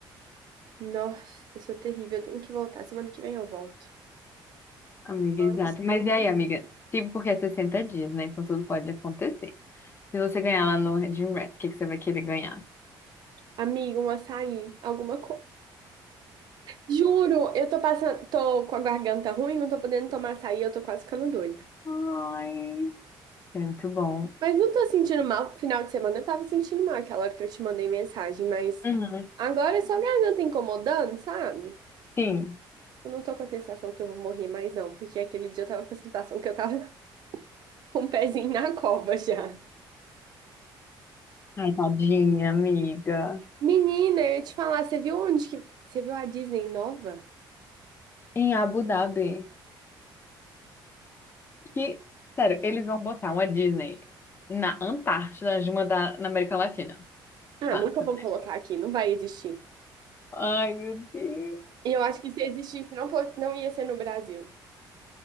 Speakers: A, on the right; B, on the left.
A: Nossa, eu sou terrível. Eu tenho que voltar. Semana que vem eu volto.
B: Amiga,
A: Falando
B: exato.
A: isso,
B: Mas
A: tem
B: e aí, amiga? Tipo, porque é 60 dias, né? Então tudo pode acontecer. Se você ganhar lá no Dream Race, o que que você vai querer ganhar?
A: Amigo, um açaí, alguma coisa. Juro, eu tô passando, tô com a garganta ruim, não tô podendo tomar açaí, eu tô quase ficando doida.
B: Ai. É muito bom.
A: Mas não tô sentindo mal. Final de semana eu tava sentindo mal aquela hora que eu te mandei mensagem, mas
B: Uhum.
A: agora é só a garganta incomodando, sabe?
B: Sim.
A: Eu não tô com a sensação que eu vou morrer mais, não, porque aquele dia eu tava com a sensação que eu tava <laughs> com o pezinho na cova já.
B: Ai, tadinha, amiga.
A: Menina, eu ia te falar, você viu onde que. Você viu a Disney nova?
B: Em Abu Dhabi. Que, sério, eles vão botar uma Disney na Antártida, de uma da, na América Latina.
A: Ah,
B: Fato.
A: nunca vão colocar aqui, não vai existir.
B: Ai, meu Deus.
A: E eu acho que se existisse, não, fosse- não ia ser no Brasil.